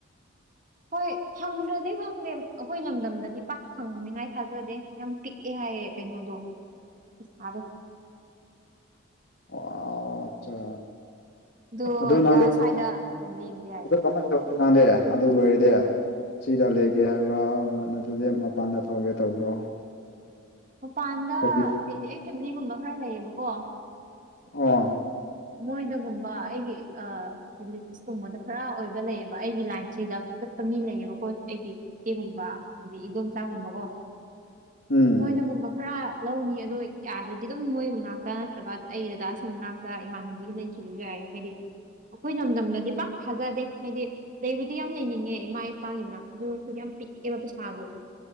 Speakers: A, on the right; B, on the left.
A: ꯍꯣꯏ ꯐꯪꯗ꯭ꯔꯗꯤ ꯈꯪꯗꯦ ꯑꯩꯈꯣꯏ ꯂꯝꯗꯝꯗꯗꯤ ꯄꯥꯛ ꯐꯪꯅꯤꯉꯥꯏ ꯊꯥꯖꯗꯦ ꯌꯥꯝ ꯄꯤꯛꯑꯦ ꯍꯥꯏꯌꯦ ꯀꯩꯅꯣꯗꯣ ꯄꯩꯁꯥꯗꯣ
B: ꯑꯣ ꯑꯠꯆꯥ
A: ꯑꯗꯨꯗꯥ
B: ꯑꯗꯨ ꯅꯪꯗꯤ ꯀꯃꯥꯏ
A: ꯁꯋꯥꯗꯒꯨꯝꯕ ꯌꯦꯡꯕ ꯌꯥꯏ
B: ꯑꯗꯨ ꯀꯃꯥꯏꯅ ꯇꯧꯅꯤ ꯅꯪꯗꯤ ꯑꯗꯨ ꯂꯣꯏꯔꯗꯤ ꯁꯤꯗ ꯂꯩꯒꯦ ꯍꯥꯏꯕ꯭ꯔꯥ ꯑꯗꯨꯗꯤ ꯃꯄꯥꯟꯗ ꯊꯣꯛꯑꯒꯦ ꯇꯧꯕ꯭ꯔꯣ
A: ꯃꯄꯥꯟꯗ
B: ꯀꯔꯤ
A: ꯑꯩ ꯑꯩ ꯐꯦꯃꯤꯂꯤꯒꯨꯝꯕ ꯈꯔ ꯂꯩꯌꯦꯕꯀꯣ
B: ꯑꯣ
A: ꯃꯣꯏꯗꯒꯨꯝꯕ ꯑꯩꯒꯤ ꯑꯥ ꯀꯨꯝꯕꯗ ꯈꯔ ꯑꯣꯏꯕ ꯂꯩꯌꯦꯕ ꯑꯩꯒꯤ ꯂꯥꯏꯟꯁꯤꯗ ꯆꯠꯄ ꯃꯤ ꯂꯩꯌꯦꯕꯀꯣ ꯑꯩꯒꯤ ꯏꯁꯦ ꯒꯨꯝꯕ ꯑꯗꯒꯤ ꯏꯗꯣꯝꯆꯥ ꯒꯨꯝꯕꯀꯣ
B: ꯎꯝ
A: ꯃꯣꯏꯅꯒꯨꯝꯕ ꯈꯔ ꯂꯧꯅꯤ ꯑꯗꯣ ꯌꯥꯗ꯭ꯔꯗꯤ ꯑꯗꯨꯝ ꯃꯣꯏ ꯃꯅꯥꯛꯇ ꯅꯠꯇ꯭ꯔꯒ ꯑꯩ ꯗꯥꯗꯥꯁꯤꯡ ꯃꯅꯥꯛꯇ ꯏꯃꯥꯟꯅꯕꯤ ꯂꯩ ꯁ ꯌꯥꯏ ꯍꯥꯏꯗꯤ ꯑꯩꯈꯣꯏ ꯅꯝꯗꯝꯗꯗꯤ ꯄꯥꯛ ꯊꯥꯖꯗꯦ ꯍꯥꯏꯗꯤ ꯂꯩꯕꯨꯗꯤ ꯌꯥꯝ ꯂꯩꯅꯤꯡꯉꯦ ꯏꯃꯥ ꯏꯄꯥꯒꯤ ꯅꯥꯛꯇ ꯑꯗꯨ ꯌꯥꯝ ꯄꯤꯛꯑꯦꯕ ꯄꯩꯁꯥꯗꯣ